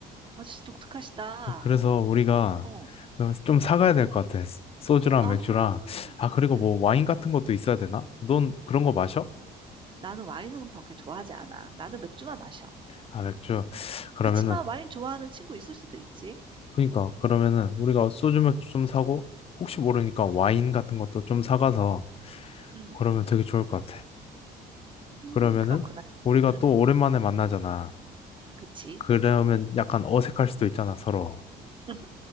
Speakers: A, on the right (about 30°); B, on the left (about 35°).
A: 아저씨 독특하시다.
B: 그래서 우리가
A: 어.
B: 좀 사가야 될 것 같아. 소주랑
A: 아,
B: 맥주랑. 아, 그리고
A: 음.
B: 뭐 와인 같은 것도 있어야 되나? 넌 그런 거 마셔?
A: 나는 와인은 그렇게 좋아하지 않아. 나는 맥주만 마셔.
B: 아, 맥주. 그러면은
A: 그치만 와인 좋아하는 친구 있을 수도 있지.
B: 그러니까 그러면은 우리가 소주 맥주 좀 사고 혹시 모르니까 와인 같은 것도 좀 사가서
A: 음,
B: 그러면 되게 좋을 것 같아.
A: 음,
B: 그러면은
A: 그렇구나.
B: 우리가
A: 음,
B: 또 오랜만에 만나잖아.
A: 그치.
B: 그러면 약간 어색할 수도 있잖아, 서로.
A: 음흠.